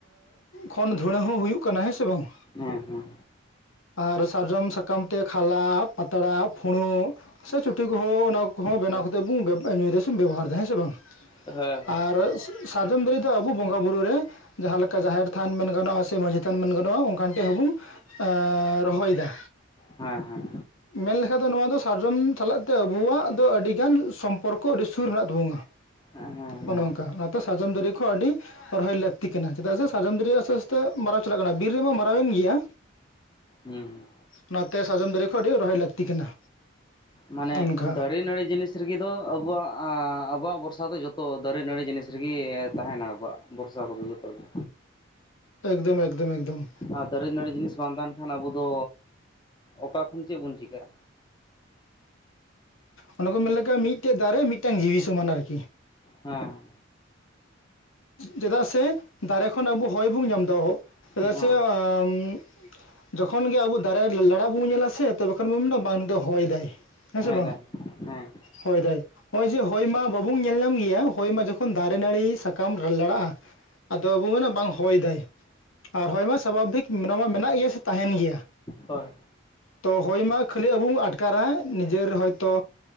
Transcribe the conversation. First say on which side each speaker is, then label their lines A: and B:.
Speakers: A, on the left; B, on the left.
A: ᱠᱷᱚᱱ ᱫᱷᱩᱲᱟᱹ ᱦᱚᱸ ᱦᱩᱭᱩᱜ ᱠᱟᱱᱟ ᱦᱮᱸ ᱥᱮ ᱵᱟᱝ?
B: ᱦᱮᱸ ᱦᱮᱸ
A: ᱟᱨ ᱥᱟᱨᱡᱚᱢ ᱥᱟᱠᱟᱢ ᱛᱮ ᱠᱷᱟᱞᱟᱜ ᱯᱟᱛᱲᱟ ᱯᱷᱩᱲᱩᱜᱼᱼ ᱥᱮ ᱪᱩᱴᱤ ᱠᱚᱦᱚᱸ ᱚᱱᱟ ᱠᱚᱦᱚᱸ ᱵᱮᱱᱟᱣ
B: ᱦᱮᱸ
A: ᱠᱟᱛᱮᱫ ᱵᱩ ᱧᱩᱭ ᱫᱟ ᱥᱮ ᱵᱚᱱ ᱵᱮᱵᱚᱦᱟᱨ ᱮᱫᱟ ᱦᱮᱸ ᱥᱮ ᱵᱟᱝ?
B: ᱦᱮᱸ ᱦᱮᱸ ᱦᱮᱸ
A: ᱟᱨ ᱥᱟᱨᱡᱟᱢ ᱫᱟᱨᱮ ᱫᱚ ᱟᱵᱩ ᱵᱚᱸᱜᱟ ᱵᱩᱨᱩ ᱨᱮᱼᱼ ᱡᱟᱦᱟᱸ ᱞᱮᱠᱟ ᱡᱟᱦᱮᱨ ᱛᱷᱟᱱ ᱢᱮᱱ ᱜᱟᱱᱚᱜ-ᱟ ᱥᱮ ᱢᱟᱹᱡᱷᱤ ᱛᱷᱟᱱ ᱢᱮᱱ ᱜᱟᱱᱚᱜ-ᱟ ᱚᱱᱠᱟᱱ ᱴᱷᱮᱡ ᱦᱚᱸᱵᱚᱱᱼᱼ ᱮ ᱻᱻ ᱨᱚᱦᱚᱭᱮᱫᱟ
B: ᱦᱮᱸ ᱦᱮᱸ
A: ᱢᱮᱱᱞᱮᱠᱷᱟᱱ ᱫᱚ ᱱᱚᱣᱟ ᱫᱚ ᱥᱟᱨᱡᱚᱢ ᱥᱟᱞᱟᱜ ᱫᱚ ᱟᱵᱩᱣᱟᱜ ᱫᱚ ᱟᱹᱰᱤ ᱜᱟᱱ ᱥᱚᱢᱯᱚᱨᱠᱚ ᱟᱹᱰᱤ ᱥᱩᱨ ᱢᱮᱱᱟᱜ ᱛᱟᱵᱚᱱᱟ᱾
B: ᱦᱮᱸ ᱦᱮᱸ ᱦᱮᱸ ᱦᱮᱸ
A: ᱚᱱᱮ ᱚᱱᱠᱟ ᱱᱚᱛᱮ ᱥᱟᱨᱡᱚᱢ ᱫᱟᱨᱮ ᱠᱚ ᱟᱹᱰᱤᱼᱼ ᱨᱚᱦᱚᱭ ᱞᱟᱹᱠᱛᱤ ᱠᱟᱱᱟ ᱪᱮᱫᱟᱜ ᱥᱮ ᱥᱟᱨᱡᱚᱢ ᱫᱟᱨᱤ ᱟᱥᱛᱮ ᱟᱥᱛᱮ ᱢᱟᱨᱟᱣ ᱪᱟᱞᱟᱜ ᱠᱟᱱᱟ ᱵᱤᱨ ᱨᱮᱢᱟ ᱢᱟᱨᱟᱣᱮᱱ ᱜᱮᱭᱟ᱾
B: ᱦᱩᱸ
A: ᱚᱱᱟᱛᱮ ᱥᱟᱨᱡᱚᱢ ᱫᱟᱨᱤ ᱠᱚᱦᱚᱸ ᱟᱹᱰᱤ ᱨᱚᱦᱚᱭ ᱞᱟᱹᱠᱛᱤ ᱠᱟᱱᱟ᱾
B: ᱢᱟᱱᱮ
A: ᱚᱱᱠᱟ
B: ᱫᱟᱨᱤ ᱱᱟᱲᱤ ᱡᱤᱱᱤᱥᱼᱼ ᱡᱤᱥ ᱨᱮᱜᱮ ᱫᱚ ᱟᱵᱚᱣᱟᱜ ᱟᱵᱚᱣᱟᱜ ᱵᱚᱨᱥᱟ ᱫᱚ ᱡᱚᱛᱚ ᱫᱟᱨᱮ ᱱᱟᱹᱲᱤ ᱡᱤᱱᱤᱥ ᱨᱮᱜᱮ ᱛᱟᱦᱮᱱᱟ ᱟᱵᱚᱣᱟᱜ ᱵᱚᱨᱥᱟ ᱠᱚᱫᱚ ᱡᱚᱛᱚᱜ ᱜᱮ
A: ᱮᱠᱫᱚᱢ, ᱮᱠᱫᱚᱢ, ᱮᱠᱫᱚᱢ
B: ᱟᱨ ᱫᱟᱨᱮ ᱱᱟᱹᱲᱤ ᱡᱤᱱᱤᱥ ᱵᱟᱝ ᱛᱟᱦᱮᱱ ᱠᱷᱟᱱ ᱟᱵᱩ ᱫᱚ ᱚᱠᱟ ᱠᱷᱚᱱ ᱪᱤᱫ ᱵᱚᱱ ᱪᱤᱠᱟᱹᱜᱼᱟ
A: ᱚᱱᱟ ᱠᱚ ᱢᱮᱱ ᱞᱮᱠᱟ ᱢᱤᱫᱴᱮᱡ ᱫᱟᱨᱮ ᱢᱤᱫᱴᱟᱝ ᱡᱤᱣᱤ ᱥᱚᱢᱟᱱ ᱟᱨᱠᱤ,
B: ᱦᱮᱸ
A: ᱪᱮᱫᱟᱜ ᱥᱮ ᱫᱟᱨᱮ ᱠᱷᱚᱱ ᱟᱵᱚ ᱦᱚᱭ ᱵᱚᱱ ᱧᱟᱢᱫᱟ <unintelligible>
B: ᱦᱮᱸ
A: ᱡᱚᱠᱷᱚᱱ ᱜᱮ ᱟᱵᱚ ᱫᱟᱨᱮ ᱞᱟᱲᱟᱜ ᱵᱚᱱ ᱧᱮᱞᱟ ᱥᱮ ᱛᱚᱵᱮᱠᱷᱚᱱ ᱵᱚᱱ ᱢᱮᱱᱟ ᱵᱟᱝ ᱱᱤᱛ ᱫᱚ ᱦᱚᱭ ᱫᱟᱭ ᱦᱮᱸ ᱥᱮ ᱵᱟᱝ?
B: ᱫᱟ ᱦᱮᱸ
A: ᱦᱳᱭ ᱫᱟᱭ ᱱᱚᱜᱼᱚᱭ ᱡᱮ ᱦᱚᱭ ᱢᱟ ᱵᱟᱵᱩᱱ ᱧᱮᱞ ᱧᱟᱢ ᱜᱮᱭᱟ ᱦᱚᱭ ᱢᱟ ᱡᱚᱠᱷᱚᱱ ᱫᱟᱨᱮ ᱱᱟᱹᱲᱤ ᱥᱟ ᱥᱟᱠᱟᱢ ᱞᱟᱲᱟᱜᱼᱟ ᱟᱫᱚ ᱵᱚ ᱢᱮᱱᱟ ᱵᱟᱝ ᱦᱚᱭ ᱫᱟᱭ᱾ ᱟᱨ ᱦᱚᱭ ᱢᱟ ᱥᱟᱵᱟᱵᱤᱠ ᱱᱚᱣᱟ ᱢᱟ ᱢᱮᱱᱟᱜ ᱜᱮᱭᱟ ᱥᱮ ᱛᱟᱦᱮᱱ ᱜᱮᱭᱟ᱾
B: ᱦᱳᱭ
A: ᱛᱚ ᱦᱚᱭ ᱢᱟ ᱠᱷᱟᱹᱞᱤ ᱟᱵᱚ ᱵᱚ ᱟᱴᱠᱟᱨᱟ ᱱᱤᱡᱮᱨ ᱦᱚᱭ ᱛᱚ